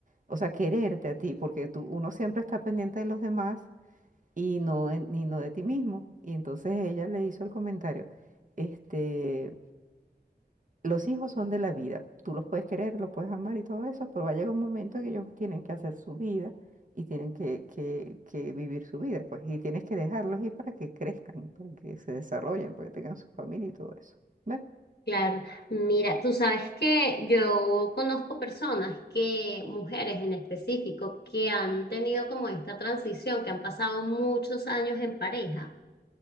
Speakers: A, on the right; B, on the left.
A: O sea, quererte a ti, porque tú, uno siempre está pendiente de los demás y no, de- y no de ti mismo. Y entonces ella le hizo el comentario, este, los hijos son de la vida, tú los puedes querer, los puedes amar y todo eso, pero va a llegar un momento que ellos tienen que hacer su vida y tienen que, que, que vivir su vida, pues, y tienes que dejarlos ir para que crezcan, para que se desarrollen, para que tengan su familia y todo eso. ¿Ves?
B: Claro, mira, tú sabes que yo conozco personas que, mujeres en específico, que han tenido como esta transición, que han pasado muchos años en pareja